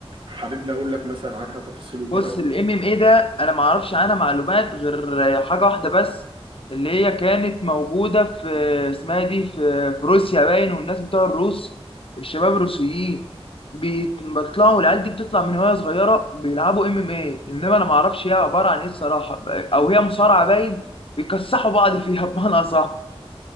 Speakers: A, on the right; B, on the left.
A: حاببني اقول لك مثلا عنها تفاصيل وكده
B: بص الام ام اي ده انا ما اعرفش عنها معلومات غير حاجه واحده بس اللي هي كانت موجوده في اسمها إيه دي في في روسيا باين والناس بتوع الروس الشباب الروسيين بيت- بيطلعوا العيال دي بتطلع من وهي صغيره بيلعبوا ام ام اي انما انا ما اعرفش هي عباره عن ايه الصراحه او هي مصارعه باين بيكسحوا بعض فيها <laughs> بمعنى اصح